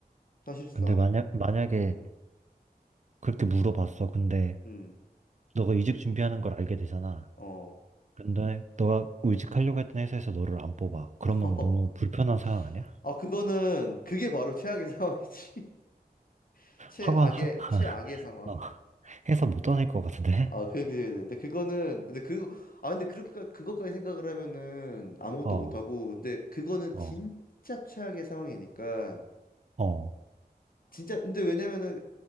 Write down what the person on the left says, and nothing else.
사실상.
음.
음.
어.
<laughs>
아, 그거는 그게 바로 최악의 상황이지. <laughs> 최악의
최악의 상황.
아, 그, 그, 그- 근데 그거는, 근데 그, 아, 근데 그렇게, 그것까지 생각을 하면은 아무것도
못하고, 근데 그거는
진짜 최악의 상황이니까,
진짜, 근데 왜냐면은,